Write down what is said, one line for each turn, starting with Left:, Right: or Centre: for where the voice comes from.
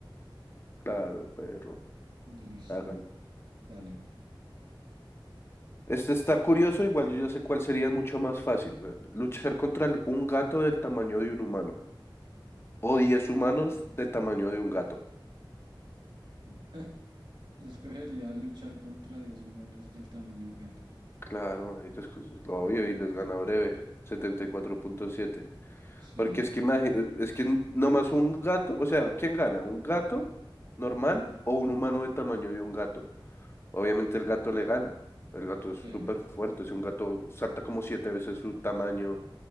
Left: Claro, perro.
Right: Listo,
Left: Hágalo.
Right: dale.
Left: Este está curioso, igual yo ya sé cuál sería mucho más fácil, weón. Luchar contra el- un gato del tamaño de un humano. O 10 humanos de tamaño de un gato.
Right: Mm. <laughs> Yo escogería luchar contra 10 humanos del tamaño de un gato.
Left: Claro, marica, es que es lo obvio y les gana breve. 74.7.
Right: Sí,
Left: Porque es que imagi- eh, es que nomás un gato, o sea, ¿quién gana? ¿Un gato normal o un humano de tamaño de un gato? Obviamente el gato le gana. El gato es
Right: sí,
Left: súper fuerte, si un gato salta como siete veces su tamaño